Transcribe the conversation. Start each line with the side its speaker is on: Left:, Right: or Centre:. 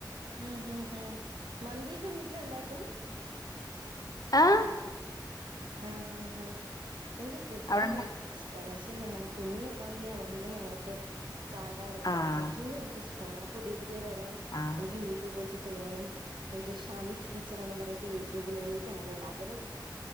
Right: അഹ് അഹ് അഹ് മന്തിയൊക്കെ വീട്ടിലുണ്ടാക്കും
Left: ആഹ്
Right: ആഹ് ആഹ് അഹ് എനിക്ക് കുക്കിംഗ്
Left: അവിടെണ്ട
Right: ഭയങ്കര ഇഷ് ട പക്ഷേ ഞാൻ കുഞ്ഞി ഒള്ളോണ്ട് ഞാൻ ഒന്നിനും അങ്ങോട്ട് ചാടാറില്ല
Left: ആഹ്
Right: കുക്കിംഗ് എനിക്ക് ഇഷ് ട ഞാൻ പുതിയ പുതിയ കാര്യങ്ങള്
Left: ആഹ്
Right: എനിക്ക് യൂട്യൂബ് നോക്കി ചെയ്യാനും മറ്റെ ഷാമിസ് കിച്ചൺന്ന് പറട്ട് യൂട്യൂബിലൊരു ചാനലുണ്ട് അവരെ